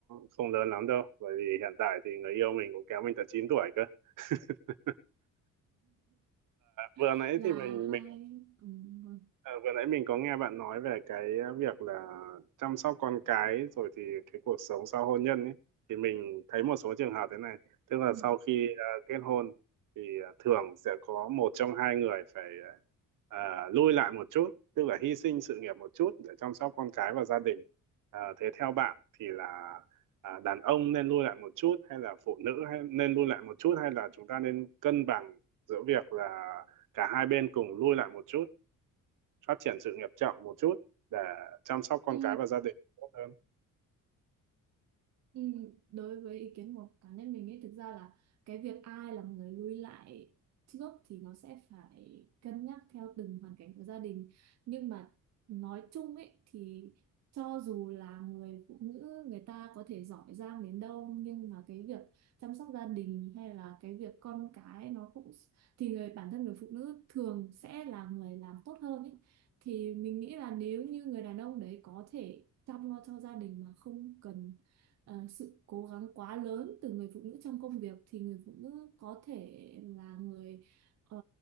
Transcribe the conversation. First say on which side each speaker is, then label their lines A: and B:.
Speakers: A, on the right; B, on the right.
A: không lớn lắm đâu bởi vì hiện tại thì người yêu mình cũng kéo mình tận 9 tuổi cơ <laughs> vừa
B: <laughs>
A: nãy
B: là
A: thì mình
B: hai
A: mình
B: ừm, vâng.
A: Ờ, vừa nãy mình có nghe bạn nói về cái ờ, việc là chăm sóc con cái rồi thì cái cuộc sống sau hôn nhân ấy thì mình thấy một số trường hợp thế này tức là
B: Ừm.
A: sau khi ờ, kết hôn thì ờ, thường sẽ có một trong hai người phải ờ, ờ, lui lại một chút tức là hy sinh sự nghiệp một chút để chăm sóc con cái và gia đình Ờ, thế theo bạn thì là ờ, đàn ông nên lui lại một chút hay là phụ nữ hay nên lui lại một chút hay là chúng ta nên cân bằng giữa việc là cả hai bên cùng lui lại một chút phát triển sự nghiệp chậm một chút để chăm sóc con
B: Ừ,
A: cái và gia đình tốt hơn
B: Ừ, đối với ý kiến của cá nhân mình ấy thực ra là cái việc ai là người lui lại trước thì nó sẽ phải cân nhắc theo từng hoàn cảnh của gia đình nhưng mà nói chung ấy thì cho dù là người phụ nữ người ta có thể giỏi giang đến đâu nhưng mà cái việc chăm sóc gia đình hay là cái việc con cái nó cũng thì người bản thân người phụ nữ thường sẽ là người làm tốt hơn ấy thì mình nghĩ là nếu như người đàn ông đấy có thể chăm lo cho gia đình mà không cần ờ, sự cố gắng quá lớn từ người phụ nữ trong công việc thì người phụ nữ có thể là người ờ,